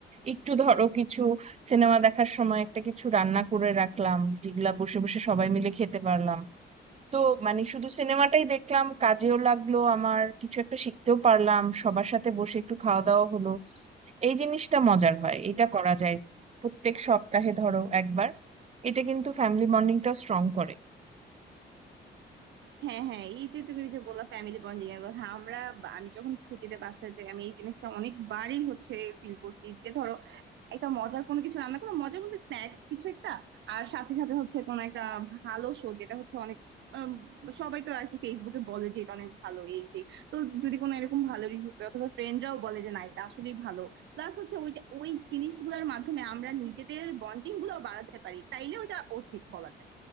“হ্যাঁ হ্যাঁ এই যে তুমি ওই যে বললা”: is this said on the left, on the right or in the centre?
Right